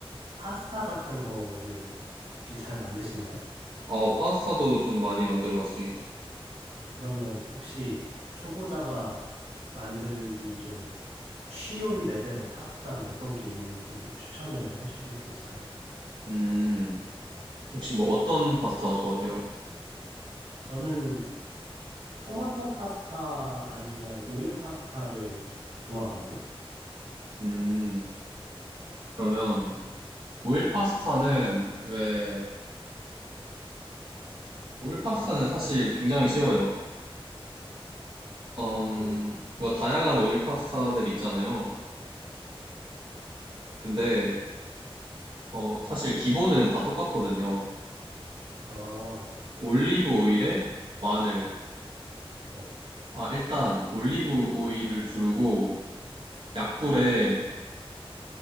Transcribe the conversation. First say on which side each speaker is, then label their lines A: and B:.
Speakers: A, on the right; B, on the right.
A: 파스타 같은 거를 혹시 잘 만드시나요?
B: 아, 파스타도 좀 많이 만들어 봤습니다.
A: 그러면 혹시 초보자가 만들기 좀 쉬운 레벨의 파스타는 어떤 게 있는지 추천을 해주실 수 있을까요?
B: 음, 혹시 뭐 어떤 파스타 좋아하세요?
A: 저는 토마토 파스타 아니면 오일 파스타를 좋아하거든요.
B: 음, 그러면 오일 파스타는 왜, 오일 파스타는 사실 굉장히 쉬워요. 음,
A: 어,
B: 뭔가 다양한 오일 파스타들이 있잖아요. 근데, 어, 사실 기본은 다 똑같거든요.
A: 어,
B: 올리브 오일에 마늘.
A: 네,
B: 아, 일단 올리브 오일을 두르고 약불에